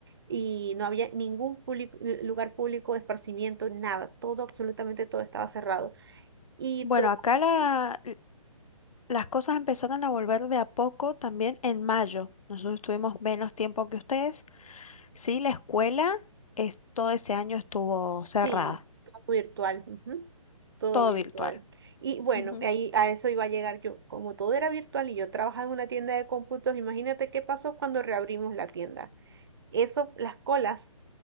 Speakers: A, on the right; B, on the left.
A: Y no había ningún público- lu- lugar público de esparcimiento, nada, todo, absolutamente todo estaba cerrado. Y
B: Bueno,
A: todavía
B: acá la- las cosas empezaron a volver de a poco también en mayo. Nosotros tuvimos menos tiempo que ustedes. Sí, la escuela es, todo ese año estuvo cerrada,
A: Sí, todo virtual, ujú, Todo
B: todo
A: virtual.
B: virtual.
A: Y bueno,
B: Ujú.
A: ahí a eso iba a llegar yo. Como todo era virtual y yo trabajaba en una tienda de cómputos, imagínate qué pasó cuando reabrimos la tienda. Eso, las colas